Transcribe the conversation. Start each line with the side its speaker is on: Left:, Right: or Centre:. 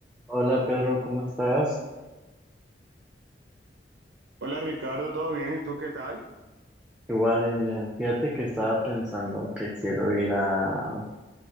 Centre: Hola Pedro, ¿cómo estás?
Right: Hola Ricardo, ¿todo bien? ¿Y tú qué tal?
Centre: Igual bien, bien. Fíjate que estaba pensando que quiero ir a,